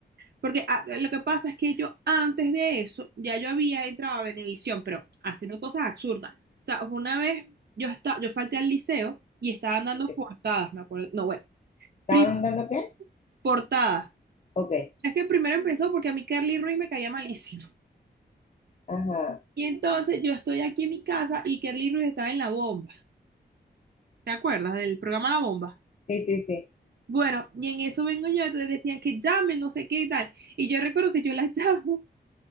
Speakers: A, on the right; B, on the left.
A: Porque ah, lo que pasa es que yo antes de eso, ya yo había entrado a Venevisión, pero haciendo cosas absurdas. O sea, fue una vez yo, esta- yo falté al liceo y estaban dando
B: Ok.
A: portadas, me acuerdo. No, bueno,
B: ¿Estaban
A: pri-
B: dando qué?
A: portadas.
B: Ok.
A: Es que primero empezó porque a mí Kerly Ruiz me caía malísimo. <laughs>
B: Ajá.
A: Y entonces yo estoy aquí en mi casa y Kerly Ruiz estaba en La Bomba. ¿Te acuerdas del programa La Bomba?
B: Sí, sí, sí.
A: Bueno, y en eso vengo yo, entonces decían que llamen, no sé qué y tal. Y yo recuerdo que yo la <laughs> llamo